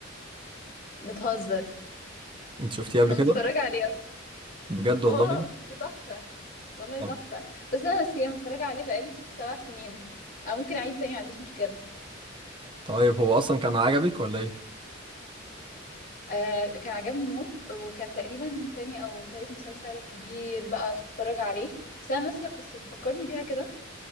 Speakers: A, on the left; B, on the right.
A: بتهزر
B: انت شفتيه قبل
A: انا
B: كده؟
A: متفرجه عليه اصلا
B: بجد والله؟
A: اه ده تحفه والله
B: طب-
A: تحفه بس انا نسيه متفرجه عليه بقالي ست سبع سنين أو ممكن اعيده تاني ما عنديش مشكله
B: طيب هو اصلا كان عجبك ولا ايه؟
A: آه كان عجبني موت وكان تقريبا تاني او تالت مسلسل كبير بقى اتفرج عليه بس انا ناسيه قصته فكرني بيها كده